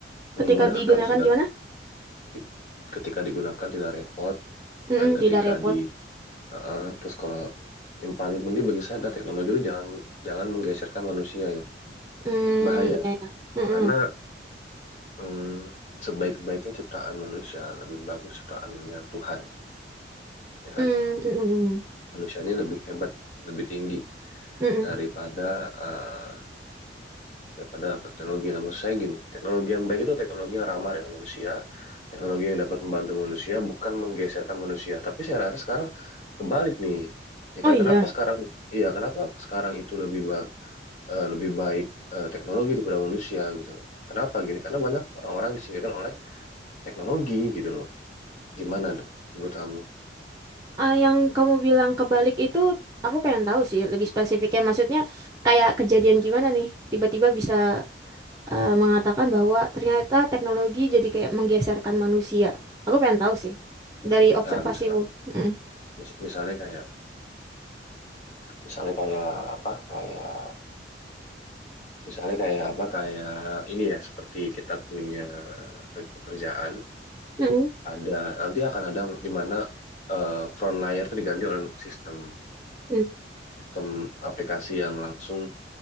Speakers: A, on the left; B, on the right.
A: memudahkan
B: Ketika digunakan
A: segala.
B: gimana?
A: Ti- Ketika digunakan tidak repot
B: Mm,
A: dan
B: mm,
A: ketika
B: tidak repot.
A: di, Heeh, terus kalau yang paling penting bagi saya adalah teknologi itu jangan jangan menggeserkan manusia ya,
B: Mm,
A: bahaya.
B: ya, ya. Mm-mm.
A: Karena hmm, sebaik-baiknya ciptaan manusia lebih bagus ciptaannya Tuhan, ya kan?
B: Mm, mm, mm,
A: manusianya lebih hebat, lebih tinggi
B: mm, mm, mm.
A: daripada eh, daripada teknologi. Nah, maksud saya gini, teknologi yang baik itu teknologi yang ramah dengan manusia, teknologi yang dapat membantu manusia, bukan menggeserkan manusia. Tapi saya rasa sekarang kebalik nih. Ya
B: Oh
A: kan,
B: iya,
A: kenapa sekarang, iya kenapa sekarang itu lebih ba- eh, lebih baik eh, teknologi daripada manusia gitu loh. Kenapa gini? Karena banyak orang-orang yang disingkirkan oleh teknologi gitu loh. Gimana tuh menurut kamu?
B: Ah, yang kamu bilang kebalik itu aku pengen tahu sih lebih spesifiknya. Maksudnya kayak kejadian gimana nih? Tiba-tiba bisa eh, mengatakan bahwa ternyata teknologi jadi kayak menggeserkan manusia. Aku pengen tahu sih dari observasimu.
A: Nah, misalnya,
B: Mm.
A: mis- misalnya kayak, misalnya kayak apa? Kayak Misalnya kayak apa, kayak ini ya, seperti kita punya ke- kerjaan,
B: Mm-mm.
A: ada nanti akan ada di mana eh, front layer itu diganti oleh sistem
B: Mm.
A: sistem aplikasi yang langsung